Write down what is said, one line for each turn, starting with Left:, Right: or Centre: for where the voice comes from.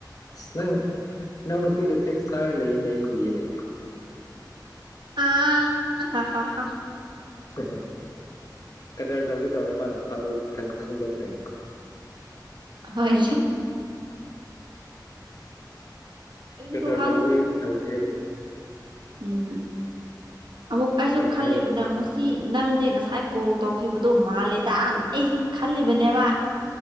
Left: ꯑꯁ ꯅꯪ ꯅꯪ ꯅꯨꯄꯤꯗ ꯇꯦꯛꯁ ꯊꯥꯔꯒ ꯂꯩꯌꯦꯅꯦ ꯑꯩ ꯎꯏꯅꯦ
Right: ꯑ ꯍ ꯍ ꯍ
Left: ꯁ ꯀꯇꯔ ꯇꯧꯒꯦ ꯇꯧꯔ ꯃꯥꯅ ꯐꯥꯗꯣꯛ ꯈꯪꯗꯣꯛꯈ꯭ꯔꯦꯅꯦ
Right: ꯍꯣꯏ ꯑꯩꯗꯣ
Left: ꯀꯇꯔ
Right: ꯈꯪ
Left: ꯇꯧꯕꯩ ꯇꯒ
Right: ꯎꯝ ꯑꯃꯨꯛ ꯑꯥꯏꯁꯨ
Left: ꯀꯔꯤ
Right: ꯈꯜꯦ
Left: ꯍꯥꯏꯌꯣ
Right: ꯄ ꯁꯤ ꯅꯪꯁꯦ ꯉꯁꯥꯏ ꯀꯣꯜ ꯇꯧꯈꯤꯕꯗꯣ ꯃꯥꯂꯦꯗꯅ ꯑꯩꯁꯨ ꯈꯜꯂꯤꯕꯅꯦꯕ